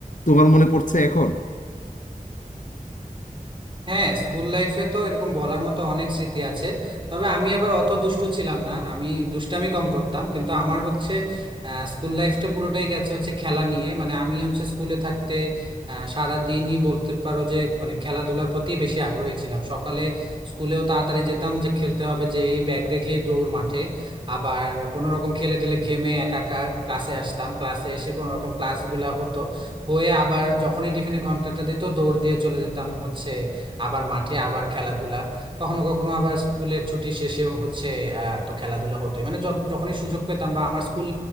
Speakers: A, on the left; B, on the right.
A: তোমার মনে পড়ছে এখন
B: হ্যাঁ স্কুল লাইফে তো এরকম বলার মতো অনেক স্মৃতি আছে তবে আমি আবার অত দুষ্টু ছিলাম না আমি দুষ্টামি কম করতাম কিন্তু আমার হচ্ছে আহ, স্কুল লাইফটা পুরোটাই গেছে হচ্ছে খেলা নিয়ে মানে আমি হচ্ছে স্কুলে থাকতে আহ, সারা দিনই বলতে পারো যে মানে খেলাধুলার প্রতি বেশি আগ্রহী ছিলাম সকালে স্কুলেও তাড়াতাড়ি যেতাম যে খেলতে হবে যে এই ব্যাগ রেখে দৌড় মাঠে আবার কোনো রকম খেলে টেলে ঘেমে একাকার ক্লাসে আসতাম ক্লাসে এসে কোনো রকম ক্লাসগুলা হতো হয়ে আবার যখনই টিফিনে ঘন্টাটা দিত দৌড় দিয়ে চলে যেতাম হচ্ছে আবার মাঠে আবার খেলাধুলা কখনো কখনো আবার স্কুলের ছুটি শেষেও হচ্ছে আহ, তো খেলাধুলা হতোই মানে য- যখনই সুযোগ পেতাম বা আমার স্কুল